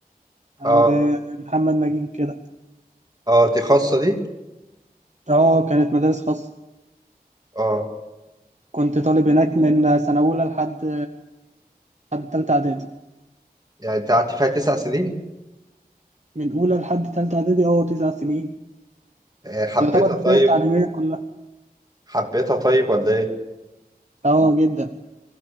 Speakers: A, on the right; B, on the right.
A: عند
B: اه
A: محمد نجيب كده
B: اه دي خاصه دي
A: اه كانت مدارس خاصه
B: اه
A: كنت طالب هناك من سنه اولى لحد لحد تالته اعدادي
B: يعني انت قعدت فيها تسع سنين
A: من اولى لحد تالته اعدادي اه تسع سنين
B: آه، حبيتها
A: يعتبر الفئه
B: طيب
A: التعليميه كلها
B: حبيتها طيب ولا ايه
A: اه جدا